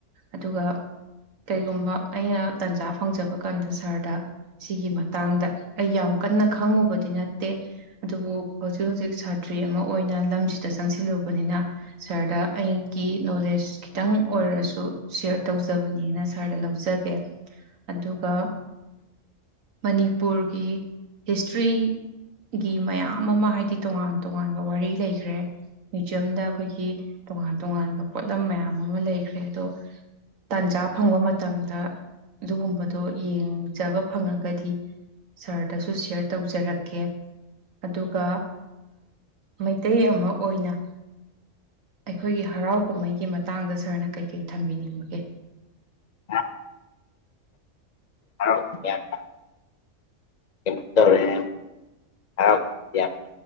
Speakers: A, on the right (about 75°); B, on the left (about 40°).
A: ꯑꯗꯨꯒ ꯀꯩꯒꯨꯝꯕ ꯑꯩꯅ ꯇꯥꯟꯖꯥ ꯐꯪꯖꯕ ꯀꯥꯟꯗ ꯁꯥꯔꯗ ꯁꯤꯒꯤ ꯃꯇꯥꯡꯗ ꯑꯩ ꯌꯥꯝ ꯀꯟꯅ ꯈꯪꯉꯨꯕꯗꯤ ꯅꯠꯇꯦ ꯑꯗꯨꯕꯨ ꯍꯧꯖꯤꯛ ꯍꯧꯖꯤꯛ ꯁꯥꯇ꯭ꯔꯤ ꯑꯃ ꯑꯣꯏꯅ ꯂꯝꯁꯤꯗ ꯆꯪꯁꯤꯜꯂꯨꯕꯅꯤꯅ ꯁꯥꯔꯗꯥꯥ ꯑꯩꯒꯤ ꯅꯣꯂꯦꯖ ꯈꯤꯇꯪ ꯑꯣꯏꯔꯁꯨ ꯁꯦꯌꯔ ꯇꯧꯖꯕꯅꯦꯅ ꯁ ꯁꯥꯔꯗ ꯂꯧꯖꯒꯦ ꯑꯗꯨꯒ ꯃꯅꯤꯄꯨꯔ ꯒꯤ ꯍꯤꯁꯇ꯭ꯔꯤꯒꯤ ꯃꯌꯥꯝ ꯑꯃ ꯍꯥꯏꯗꯤ ꯇꯣꯉꯥꯟ ꯇꯣꯉꯥꯟꯕ ꯋꯥꯔꯤ ꯂꯩꯈ꯭ꯔꯦ ꯃ꯭ꯌꯨꯖ꯭ꯌꯝꯗ ꯑꯩꯈꯣꯏꯒꯤ ꯇꯣꯉꯥꯟ ꯇꯣꯉꯥꯟꯕ ꯄꯣꯠꯂꯝ ꯃꯌꯥꯝ ꯑꯃ ꯂꯩꯈ꯭ꯔꯦ ꯑꯗꯣ ꯇꯥꯟꯖꯥ ꯐꯪꯕ ꯃꯇꯝꯗ ꯑꯗꯨꯒꯨꯝꯕꯗꯣ ꯌꯦꯡꯖꯕ ꯐꯪꯉꯒꯗꯤ ꯁꯥꯔꯗꯁꯨ ꯁꯤꯌꯥꯔ ꯇꯧꯖꯔꯛꯀꯦ ꯑꯗꯨꯒ ꯃꯩꯇꯩ ꯑꯃ ꯑꯣꯏꯅ ꯑꯩꯈꯣꯏꯒꯤ ꯍꯔꯥꯎ ꯀꯨꯝꯍꯩꯒꯤ ꯃꯇꯥꯡꯗ ꯁꯥꯔꯅ ꯀꯩꯀꯩ ꯊꯝꯕꯤꯅꯤꯡꯕꯒꯦ
B: ꯑ ꯍꯔꯥꯎ ꯃꯌꯥꯝꯅ ꯀꯩꯅꯣꯝꯇꯧꯔꯦ ꯍꯔꯥꯎ ꯌꯥꯝ